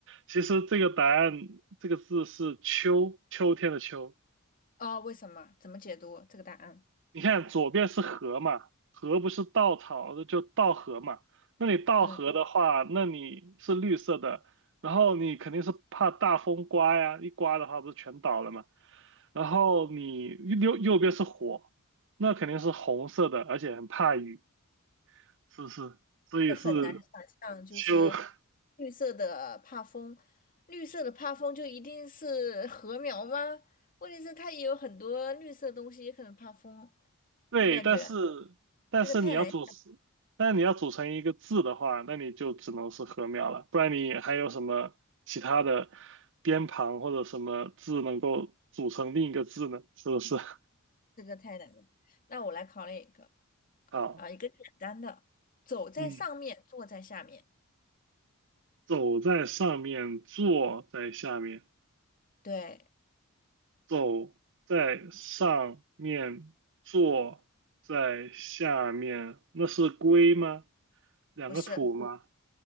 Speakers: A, on the right (about 60°); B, on the left (about 40°).
A: 其实这个答案，这个字是秋，秋天的秋。
B: 哦，为什么？怎么解读这个答案？
A: 你看左边是河嘛，河不是稻草，就稻禾嘛。那你稻禾的话，
B: 嗯，
A: 那你是绿色的，然后你肯定是怕大风刮呀，一刮的话不是全倒了嘛。然后你右右边是火，那肯定是红色的，而且很怕雨，是不是？所以是
B: 这很难想象，就是
A: 就 <laughs>
B: 绿色的怕风，绿色的怕风就一定是禾苗吗？问题是它也有很多绿色的东西，也可能怕风。
A: 对，
B: 我感觉
A: 但是但是你要组，
B: 这个太难，
A: 但你要组成一个字的话，那你就只能是禾苗了，不然你还有什么其他的边旁或者什么字能够组成另一个字呢？是不是？<laughs>
B: 这个太难了。那我来考你一个。
A: 好，
B: 啊、一个简单的，走在上面，
A: 嗯，
B: 坐在下面。
A: 走在上面，坐在下面，
B: 对，
A: 走在上面，坐在下面，那是龟吗？两个土吗？
B: 不是，